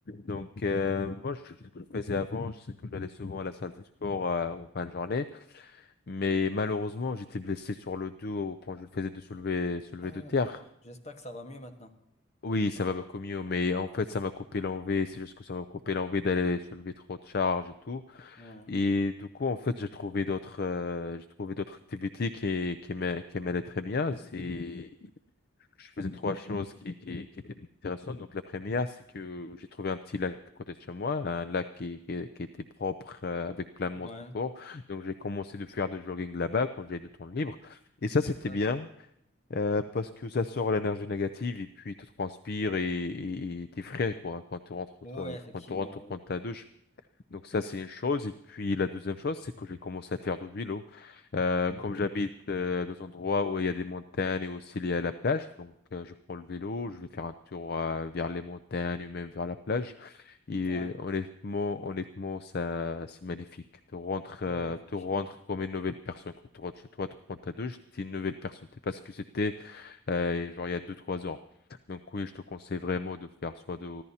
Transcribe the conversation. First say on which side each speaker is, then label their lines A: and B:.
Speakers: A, on the left (about 50°); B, on the left (about 35°).
A: Donc, euh, moi, je, ce que je faisais avant, je sais que j'allais souvent à la salle de sport euh, en fin de journée, mais malheureusement, j'étais blessé sur le dos quand je faisais de soulever, soulever
B: Ah,
A: de terre.
B: d'accord. J'espère que ça va mieux maintenant.
A: Oui, ça va beaucoup mieux, mais en fait, ça m'a coupé l'envie. C'est juste que ça m'a coupé l'envie d'aller soulever trop de charges et tout.
B: ouais,
A: Et du coup, en fait, j'ai trouvé d'autres euh, j'ai trouvé d'autres activités qui qui m'a- qui m'allaient très bien. C'est je faisais trois choses qui, qui, qui étaient intéressantes. Donc, la première, c'est que j'ai trouvé un petit lac à côté de chez moi, un lac qui, qui, qui était propre, euh, avec plein de monde
B: ouais,
A: qui court Donc, j'ai commencé de faire du jogging là-bas quand j'avais du temps libre. Et ça, c'était
B: D'accord.
A: bien, euh, parce que ça sort l'énergie négative et puis tu transpires et, et, et t'es frais, quoi, quand tu rentres,
B: Oui,
A: euh,
B: effectivement,
A: quand tu rentres, prendre
B: oui.
A: ta douche. Donc ça, c'est une chose. Et puis la deuxième chose, c'est que j'ai commencé à faire du vélo. Euh, comme j'habite euh, dans un endroit où il y a des montagnes et aussi il y a la plage, donc euh, je prends le vélo, je vais faire un tour euh, vers les montagnes ou même vers la plage. Et
B: ouais,
A: euh, honnêtement, honnêtement, ça, c'est magnifique. Tu rentres, euh,
B: Oui, effectivement.
A: tu rentres comme une nouvelle personne. Quand tu rentres chez toi, tu prends ta douche, t'es une nouvelle personne. T'es pas ce que c'était euh, genre il y a deux, trois ans. Donc oui, je te conseille vraiment de faire soit de,